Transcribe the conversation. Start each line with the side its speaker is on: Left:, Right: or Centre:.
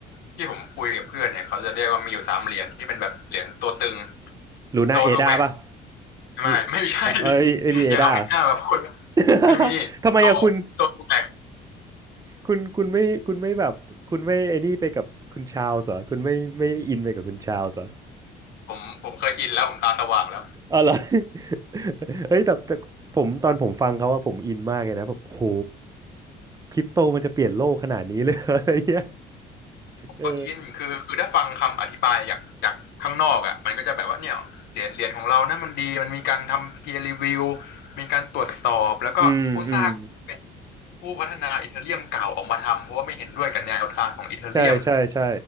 Left: ที่ผมคุยกับเพื่อนเนี่ยเขาจะเรียกว่ามีอยู่สามเหรียญที่เป็นแบบเหรียญตัวตึง
Right: ลูน่าเอดาป่ะ
Left: โซลูแวกไม่
Right: มี
Left: <laughs> ไม่ใช่
Right: เออ
Left: <laughs>
Right: เอบีเอด้า
Left: อย่าเอาเอ็น้ามาพูด
Right: <laughs>
Left: ไม่มี
Right: ทำไมอะคุณ
Left: โซโซลูแวก
Right: คุณคุณไม่คุณไม่แบบคุณไม่ไอ้นี่ไปกับคุณชาวส์เหรอคุณไม่ไม่ไม่อินไปกับคุณชาวส์เหรอ
Left: ผมผมเคยอินแล้วผมตาสว่างแล้ว
Right: อ๋อเหรอ <laughs> เฮ้ยแต่แต่ผมตอนผมฟังเขาว่าผมอินมากเลยนะแบบโหคริปโตมันจะเปลี่ยนโลกขนาดนี้เลย <laughs> เหรออะไรเงี้ย
Left: ผมก็อินคือคือถ้าฟังคำอธิบายจากจากข้างนอกอ่ะมันก็จะแบบว่าเนี่ยเหรียญเหรียญของเรานะมันดีมันมีการทำ
Right: เออ
Left: peer review มีการตรวจสอบแล้วก็ผู้สร้าง
Right: อืมอืม
Left: ผู้พัฒนาอีเธอเรียมเก่าออกมาทำเพราะว่าไม่เห็นด้วยกับแนวทางของอีเธอเรียม
Right: ใช่ใช่ใช่